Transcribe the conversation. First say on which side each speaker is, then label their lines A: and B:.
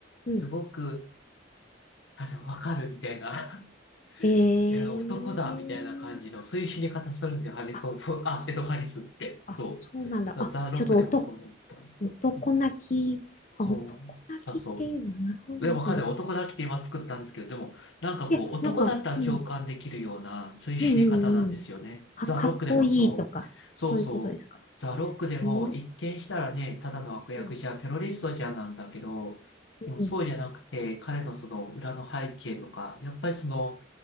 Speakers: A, on the left (about 40°); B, on the left (about 70°).
A: うん。
B: すごく、あ、でもわかる、みたいな。
A: へえ。
B: <laughs> いや、男だ、みたいな感じの、そういう死に方するんですよ、ハリソンフォーあ、
A: あ、そ
B: エド・ハリスって。
A: あ、
B: そう。
A: そうなんだ。
B: だからザ・
A: あ、
B: ロックでもそうだった。
A: ちょっと男、
B: うん
A: 男泣き。あ、
B: そう、
A: 男泣きっていうの。
B: さそ
A: なるほど、
B: う。え、
A: なるほど。
B: わかんない。男だけで今作ったんですけど、でも、なんかこう、
A: いや、
B: 男だったら共感できるような、
A: なんか、うん、
B: そういう死に方なんですよね。
A: うん、うん、うん。か、
B: ザ・
A: かっこいいとか、
B: ロックでもそう。そうそう。
A: そういうことですか。
B: ザ・ロックでも、
A: へえ。
B: 一見したらね、ただの悪役じゃん、
A: うん、
B: テロリストじゃんなんだけど、
A: うん
B: でもそうじゃなくて、彼のその裏の背景とか、やっぱりその、